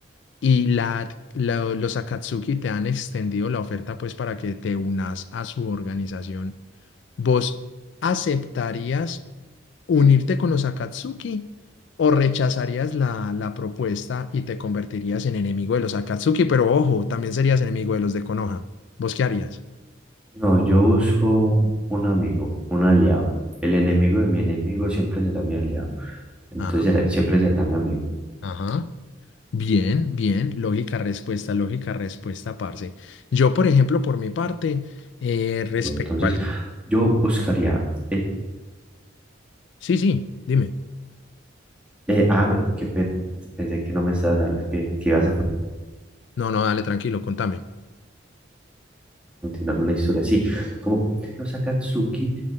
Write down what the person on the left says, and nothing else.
y la, la- los Akatsuki te han extendido la oferta pues para que te unas a su organización. ¿Vos aceptarías unirte con los Akatsuki o rechazarías la, la propuesta y te convertirías en enemigo de los Akatsuki? Pero ojo, también serías enemigo de los de Konoha. ¿Vos qué harías?
Ah,
ajá. Bien, bien, lógica respuesta, lógica respuesta, parce. Yo, por ejemplo, por mi parte, eh, respecto
al...
Sí, sí, dime.
No, no, dale, tranquilo, contame.